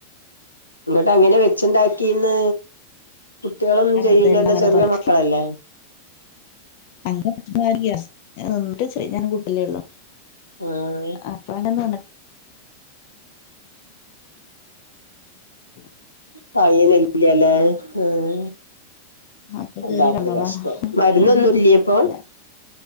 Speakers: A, on the left; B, on the left.
A: എന്നിട്ടങ്ങട്ടനെ വെച്ചുണ്ടാക്കിന്ന് കുട്ടികളൊന്നും
B: അതന്നെ
A: ചെയ്ല്ലല്ലോ
B: അങ്ങനെ
A: ചെറിയ
B: തൊടങ്ങി
A: മക്കളല്ലേ
B: <unintelligible> കൂട്ടലേ ഒള്ളു
A: ആഹ്
B: അപ്പൊ അങ്ങനെ <unintelligible>
A: പയ്യൻ ഇല്ലല്ലേ ആഹ്
B: ആഹ് <unintelligible>
A: വല്ലാത്തൊരു കഷ്ടം മരുന്നൊന്നും ഇല്ല്യേ ഇപ്പൊ